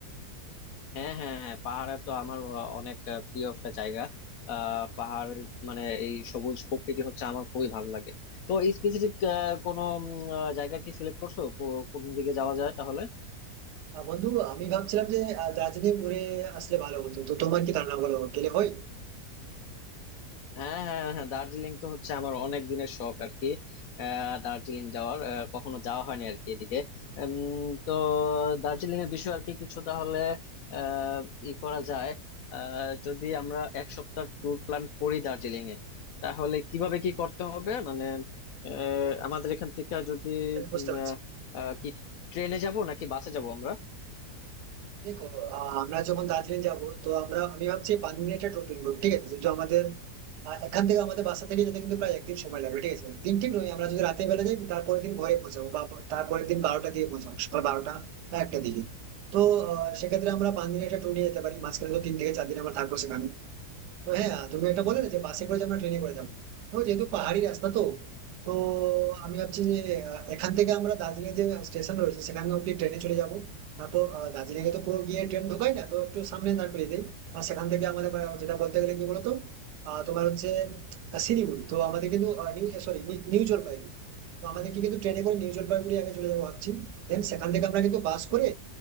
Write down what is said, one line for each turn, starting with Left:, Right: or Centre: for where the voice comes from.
Left: হ্যাঁ হ্যাঁ হ্যাঁ পাহাড়ে তো আমার আহ, অনেক আহ, প্রিয় একটা জায়গা আহ পাহাড় মানে এই সবুজ প্রকৃতি হচ্ছে আমার খুবই ভালো লাগে তো স্পেসিফিক কোনো উম, আহ, জায়গা কি সিলেক্ট করছো কো- কোন দিকে যাওয়া যায় তাহলে
Right: আহ, বন্ধু আমি ভাবছিলাম যে আহ, দার্জিলিং ঘুরে আসলে ভালো হতো তো তোমার কি ধারণা বলো গেলে হয়
Left: হ্যাঁ হ্যাঁ হ্যাঁ দার্জিলিং তো হচ্ছে আমার অনেক দিনের শখ আর কি আহ, দার্জিলিং যাওয়ার আহ, কখনো যাওয়া হয়নি আর কি এদিকে উম, তো দার্জিলিং এর বিষয়ে আর কি কিছু তাহলে আহ, ই করা যায় আহ, যদি আমরা এক সপ্তাহ ট্যুর প্ল্যান করি দার্জিলিং এ তাহলে কিভাবে কি করতে হবে মানে আহ, আমাদের এখান থেকে যদি
Right: হ্যাঁ, বুঝতে
Left: উম,
Right: পারছি
Left: আহ, আহ, কি ট্রেনে যাব নাকি বাসে যাব আমরা
Right: দেখো আহ, আমরা যখন দার্জিলিং যাব তো আমরা আমি ভাবছি পানজির একটা টোটো নিবো ঠিক আছে যেহেতু আমাদের আহ, এখান থেকে আমাদের বাসা থেকে যেতে কিন্তু প্রায় একদিন সময় লাগবে ঠিক আছে দিন ঠিক নয় আমরা যদি রাতে বেলা যাই তারপরের দিন ভোরে পৌঁছাবো বা তারপরের দিন বারোটা দিয়ে পৌঁছাবো সকাল বারোটা বা একটা দিকে তো আহ, সেক্ষেত্রে আমরা পাঁচ দিনের একটা ট্যুর নিয়ে যেতে পারি মাঝখানে তো তিন থেকে চার দিন আমরা থাকবো সেখানে তো হ্যাঁ তুমি এটা বলে না যে বাসে করে যে আমরা ট্রেনে করে যাবো তো যেহেতু পাহাড়ি রাস্তা তো তো আমি ভাবছি যে আহ, এখান থেকে আমরা দার্জিলিং যে স্টেশন রয়েছে সেখানে অব্দি ট্রেনে চলে যাব তারপর দার্জিলিং এ তো পুরো গিয়ে ট্রেন ঢোকাই না তো একটু সামনে দাঁড় করিয়ে দেয় আর সেখান থেকে আমাদের আহ, যেটা বলতে গেলে কি বলতো আহ, তোমার হচ্ছে আহ, শিলিগুড়ি তো আমাদের কিন্তু আহ, নিউ সরি নিউ জলপাইগুড়ি তো আমাদেরকে কিন্তু ট্রেনে করে নিউ জলপাইগুড়ি আগে চলে যাবো ভাবছি দেন সেখান থেকে আমরা কিন্তু বাস করে